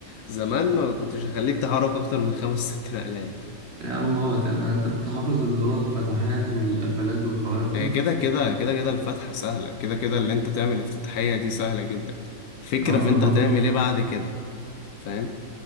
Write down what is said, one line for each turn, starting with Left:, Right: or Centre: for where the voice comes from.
Left: زمان ما كنتش هخليك تحرك اكتر من خمس ست نقلات
Right: يا عم بابا يعني أنت كنت حافظ اللي هو الفتحات والقفلات والحوارات دي؟
Left: آه، كده كده كده كده الفتحة سهلة كده كده اللي انت تعمل افتتاحية دي سهلة جدا الفكرة
Right: أه
Left: في انت
Right: أنا برضه
Left: هتعمل ايه بعد كده فاهم